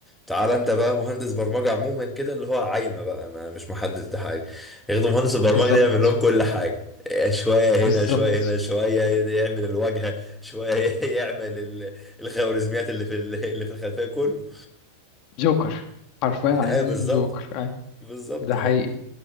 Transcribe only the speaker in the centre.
تعال انت بقى مهندس برمجة عموما كده اللي هو عايمة بقى ما مش محدد حاجة ياخدوا مهندس البرمجة
ده يعمل لهم كل حاجة إيه، شوية هنا
شوية هنا شوية يعمل الواجهة شوية <laughs> يعمل ال- الخوارزميات اللي في ال- اللي في الخلفية كله
<laughs>
ايه بالظبط
بالظبط
آه.